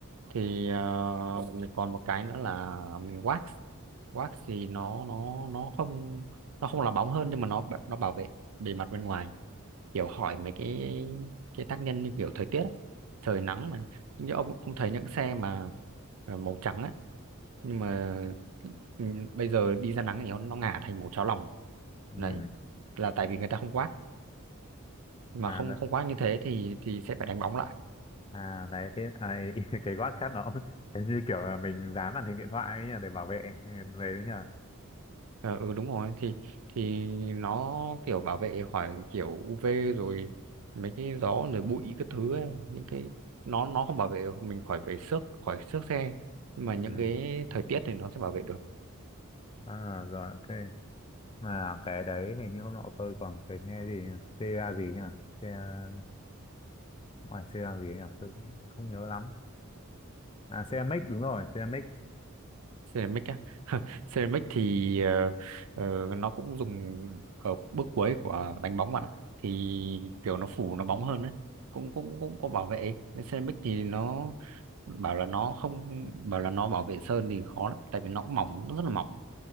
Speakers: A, on the right; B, on the left.
A: thì ờ, mình còn một cái nữa là mình wax wax thì nó nó nó không nó không là bóng hơn nhưng mà nó bả- nó bảo vệ bề mặt bên ngoài kiểu hỏi mấy cái cái tác nhân như kiểu thời tiết ấy. trời nắng này như ông ông thấy những xe mà ờ, màu trắng ấy nhưng mà ừ, bây giờ đi ra nắng thì nó nó ngả thành màu cháo lòng
B: ừ
A: đấy là tại vì người ta không wax mà
B: à
A: không
B: đấy
A: không wax như thế thì thì sẽ phải đánh bóng lại
B: à đấy thế à, <laughs> cái quát chat nó cũng- <laughs> thế như kiểu là mình dán màn hình điện thoại ấy nhỉ để bảo vệ <laughs> về đấy nhỉ
A: Ờ, ừ đúng rồi thì thì nó kiểu bảo vệ khỏi kiểu U UV rồi mấy cái gió rồi bụi các thứ ấy. những cái nó nó không bảo vệ mình khỏi về xước khỏi xước xe nhưng mà
B: ừ
A: những cái thời tiết thì nó sẽ bảo vệ được
B: à, rồi ok mà cái đấy hình như hôm nọ tôi còn cái nghe gì nhỉ? CA gì nhỉ CA ngoài CA gì nhỉ tôi cũng không nhớ lắm à ceramic đúng rồi ceramic
A: ceramic á <laughs> ceramic thì ờ, ờ, nó cũng dùng ở bước cuối của đánh bóng bạn ạ thì kiểu nó phủ nó bóng hơn đấy cũng cũng cũng có bảo vệ Nên ceramic thì nó bảo là nó không bảo là nó bảo vệ sơn thì khó lắm tại vì nó cũng mỏng nó rất là mỏng